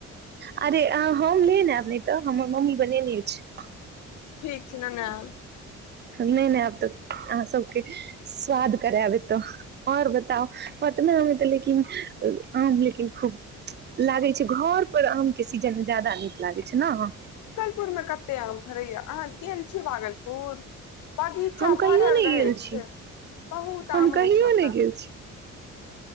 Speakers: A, on the right; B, on the left.
A: अरे हम ले ने आबी नै तऽ हमर मम्मी बनेने छै
B: ठीक छै ने ने एब
A: नै नै आब तऽ अहाँ सबके स्वाद कराएब एत आओर बताउ पटना हमे तऽ लि लेकिन आम लेकिन खूब लागै छै घर पर आम के सीजन मे जादा नीक लागै छै न
B: पुरमे कतेय आम फरैया आहाँ गेल छीयै भागलपुर बगीचा
A: हम कहियो
B: भरल
A: नहि
B: रहै
A: गेल छी
B: छै बहुत
A: हम
B: आम
A: कहियो
B: होय छै ओतऽ
A: नहि गेल छी